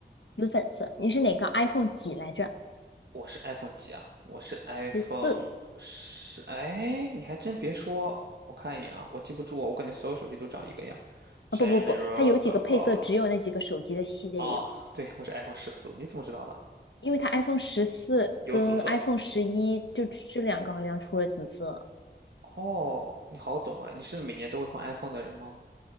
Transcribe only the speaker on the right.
我是 iPhone 几啊？我是 iPhone
十。哎，你还真别说，我看一眼啊，我记不住啊，我感觉所有手机都长一个样。General
about 哦，对，我是 iPhone 十四，你怎么知道的？
有紫色。
哦，你好懂啊，你是每年都会换 iPhone 的人吗？